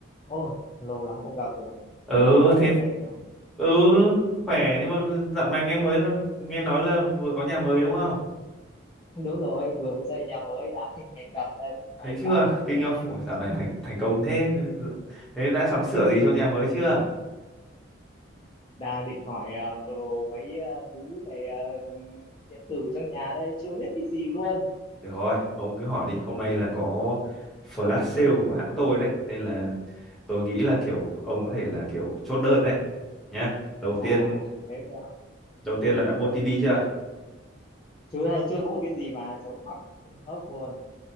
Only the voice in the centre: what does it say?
ừ
thế
ừ khỏe nhưng mà dạo này nghe mới là nghe nói là vừa có nhà mới đúng không
thấy
chưa
kinh
không
Ôi, dạo này
thành thành công thế thế đã sắm sửa gì cho nhà mới chưa
được rồi ông cứ hỏi đi hôm nay là có flash sale của hãng tôi đấy nên là tôi nghĩ là kiểu ông có thể là kiểu chốt đơn đấy nhá đầu
tiên
đầu tiên là đã mua tivi chưa